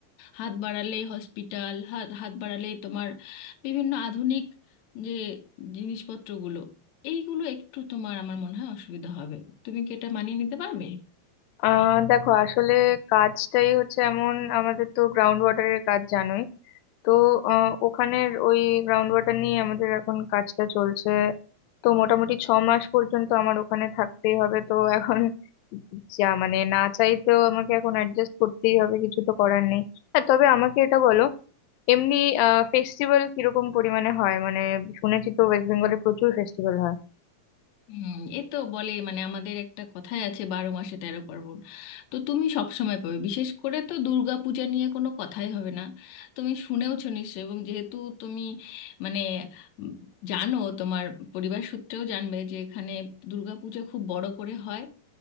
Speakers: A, on the left; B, on the left.
A: হাত বাড়ালেই হসপিটাল হাত হাত বাড়ালেই তোমার বিভিন্ন আধুনিক যে জিনিসপত্রগুলো এইগুলো একটু তোমার আমার মনে হয় অসুবিধা হবে তুমি কি এটা মানিয়ে নিতে পারবে
B: আহ দেখো আসলে কাজটাই হচ্ছে এমন আমাদের তো গ্রাউন্ড ওয়াটারের কাজ জানোই তো আহ, ওখানের ওই গ্রাউন্ড ওয়াটার নিয়ে আমাদের এখন কাজটা চলছে তো মোটামুটি ছ মাস পর্যন্ত আমার ওখানে থাকতেই হবে তো এখন যা মানে না চাইতেও আমাকে এখন অ্যাডজাস্ট করতেই হবে কিছু তো করার নেই হ্যাঁ তবে আমাকে এটা বলো এমনি আহ ফেস্টিভ্যাল কিরকম পরিমাণে হয় মানে শুনেছি তো ওয়েস্ট বেঙ্গলে প্রচুর ফেস্টিভ্যাল হয়
A: হুম এ তো বলে মানে আমাদের একটা কথাই আছে বারো মাসে তেরো পার্বণ তো তুমি সব সময় পাবে বিশেষ করে তো দুর্গা পূজা নিয়ে কোনো কথাই হবে না তুমি শুনেওছো নিশ্চয়ই এবং যেহেতু তুমি মানে উম, জানো তোমার পরিবার সূত্রেও জানবে যে এখানে দুর্গা পূজা খুব বড় করে হয়